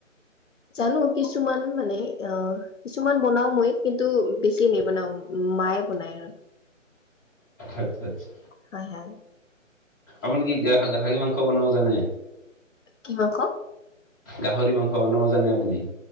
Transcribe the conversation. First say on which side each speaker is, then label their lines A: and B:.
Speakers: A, on the left; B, on the left.
A: জানো কিছুমান মানে অঁ - কিছুমান বনাও মই কিন্তু বেছি নেবনাও মায়ে বনায় আৰু।
B: আচ্ছা-আচ্ছা,
A: হয়-হয়,
B: আপুনি কি গাহৰি মাংস বনাব জানে?
A: কি মাংস?
B: গাহৰি মাংস বনাব জানে আপুনি?